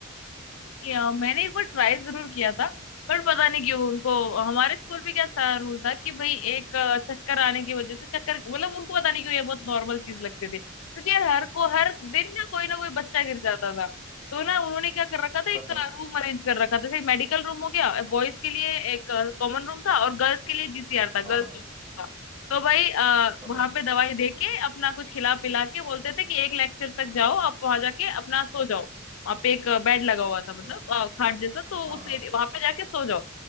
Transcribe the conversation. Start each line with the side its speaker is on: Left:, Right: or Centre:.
Left: या, मैंने एक बार ट्राई जरूर किया था पर पता नहीं क्यों उनको
Right: हाँ
Left: हमारे स्कूल में क्या था रूल था कि भाई एक अ, चक्कर आने की वजह से चक्कर मतलब उनको पता नहीं क्यों ये बहुत नॉर्मल चीज लगते थे क्योंकि यार हर को हर दिन ना कोई ना कोई बच्चा गिर जाता था तो ना उन्होंने क्या कर रखा था
Right: <laughs>
Left: एक
Right: हाँ
Left: रूम अरेंज कर रखा था जैसे मेडिकल रूम हो गया बॉयज के लिए एक कॉमन रूम था और गर्ल्स के लिए जीसीआर था
Right: हाँ
Left: गर्ल्स था तो भाई आ,
Right: समझ
Left: वहां
Right: गया
Left: पे दवाई दे के अपना कुछ खिला पिला के बोलते थे कि एक लेक्चर तक जाओ आप वहां जाके अपना सो जाओ वहां पे एक बेड लगा हुआ
Right: अच्छा
Left: था मतलब अ, खाट जैसा तो
Right: हाँ
Left: उस
Right: हाँ
Left: वहां पे जाके सो जाओ